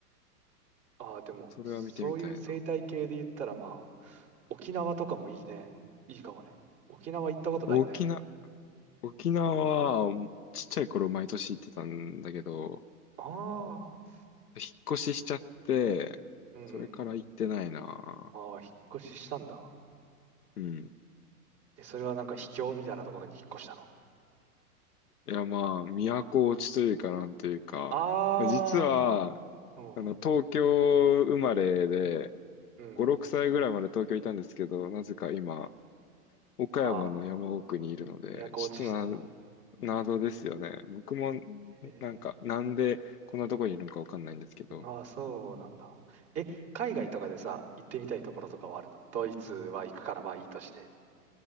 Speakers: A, on the right (about 30°); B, on the left (about 70°).
A: ああ、でも、
B: それは見てみたいな。
A: そういう生態系で言ったら、まあ、沖縄とかもいいね。いいかもね。沖縄行ったことないんだよね。
B: 沖縄、沖縄はちっちゃい頃毎年行ってたんだけど、
A: ああ、
B: 引っ越ししちゃって、
A: うんうん。
B: それから行ってないな。
A: ああ、引っ越ししたんだ。
B: うん。
A: え、それはなんか秘境みたいなところに引っ越したの。
B: いやまあ、都落ちというかなんというか、
A: あ
B: 実は、
A: あ、うんうん
B: あの、東京生まれで、
A: うん。
B: 5、6歳ぐらいまで東京いたんですけど、なぜか今、岡山の山奥にいるので、
A: ああ、都落ちしたんだ。
B: ちょっとな、謎ですよね。僕も、
A: へえ。
B: なんか、なんでこんなとこにいるのかわかんないんですけど。
A: ああ、そうなんだ。え、海外とかでさ、行ってみたいところとかはあるのドイツは行くからまあいいとして。